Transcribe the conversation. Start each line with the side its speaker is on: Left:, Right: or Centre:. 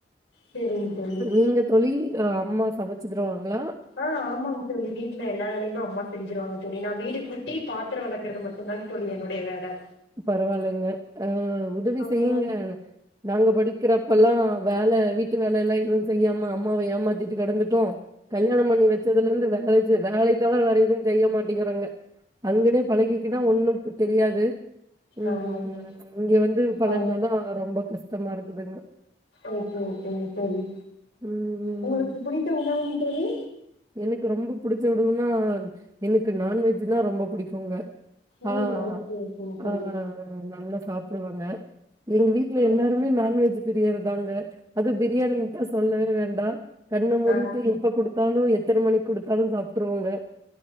Left: செரிங்க தோழி
Right: நீங்க தோழி அ அம்மா சமைச்சி தருவாங்களா
Left: ஆஹ் ஆமாங்க தோழி வீட்டுல எல்லா வேலையுமே அம்மா செஞ்சுருவாங்க தோழி நா வீடு கூட்டி பாத்துரோ வெளக்கறது மட்டுதாங் தோழி என்னுடைய வேல
Right: பரவாயில்லைங்க அஹ் உதவி
Left: அப்புறோ
Right: செய்யுங்க நாங்க படிக்கிறப்பல்லா வேல வீட்டு வேலல்லா எதுவு செய்யாம அம்மாவை ஏமாத்திட்டு கடந்துட்டோ கல்யாணோ பண்ணி வச்சதுலருந்து வேல செய் வேல தவுர வேற எதுவு செய்ய மாட்டேங்கிறோங்க அங்கனே பழகிக்கனா ஒண்ணு புத் தெரியாது ம்
Left: ஆஹ்
Right: இங்க வந்து பழகுனாதா
Left: அ
Right: ரொம்ப கஷ்டமா இருக்குதுங்க
Left: ஓகே ஓகேங்க தோழி
Right: ம்
Left: உங்களுக்கு புடித்த உணவுங்க தோழி
Right: எனக்கு ரொம்ப புடிச்ச உணவுனா எனக்கு நான்வெஜ்ன்னா ரொம்ப புடிக்குங்க
Left: ம்
Right: ஆஹ்
Left: ஓகே ஓகேங்க தோழி
Right: ஆஹ் நல்ல சாப்புடுவாங்க எங்க வீட்ல எல்லாருமே
Left: ஓகே
Right: நான்வெஜ் பிரியர் தாங்க அது பிரியாணியின்டா சொல்லவே வேண்டாம் கண்ணு மூடிட்டு
Left: ஆ
Right: எப்ப கொடுத்தாலும் கொடுத்தாலும் சாப்பிட்ருவாங்க